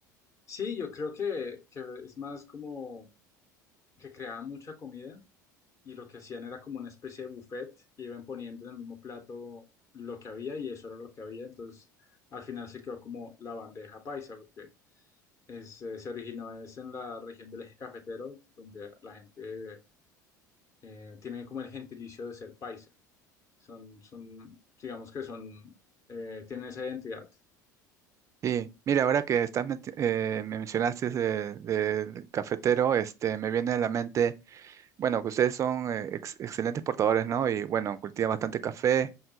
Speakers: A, on the left; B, on the right.
A: Sí, yo creo que, que es más como que creaban mucha comida y lo que hacían era como una especie de buffet, iban poniendo en el mismo plato lo que había y eso era lo que había, entonces al final se quedó como la bandeja paisa, porque es, eh, se originó es en la región del eje cafetero, donde la gente eh, tiene como el gentilicio de ser paisa, son, son digamos que son, eh, tienen esa identidad.
B: Y mira, ahora que estás meti- eh, me mencionaste de- del cafetero, este, me viene a la mente Bueno, que ustedes son eh, ex- excelentes portadores, ¿no? Y bueno, cultivan bastante café.